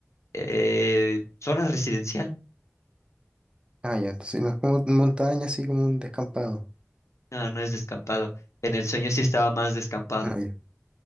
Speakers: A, on the left; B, on the right.
A: eh, zona residencial.
B: Ah, ya, entonces no es como montaña, así como un descampado.
A: No, no es descampado. En el sueño sí estaba más descampado.
B: Ah, ya.